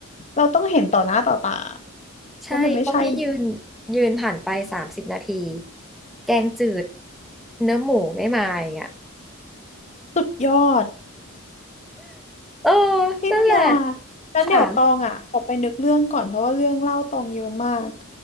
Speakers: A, on the left; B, in the centre.
A: เราต้องเห็นต่อหน้าต่อตา
B: ใช่เพราะพี่ยืน
A: ว่ามันไม่ใช่
B: ยืนผ่านไปสามสิบนาทีแกงจืดเนื้อหมูไม่มาอย่างเงี้ย
A: สุดยอด
B: เออ
A: พี่เมีย
B: นั่นแหละ
A: งั้นเดี๋ยวตองอ่ะขอไปนึกเรื่องก่อนเพราะว่าเรื่องเล่าตองเยอะมาก
B: ค่ะ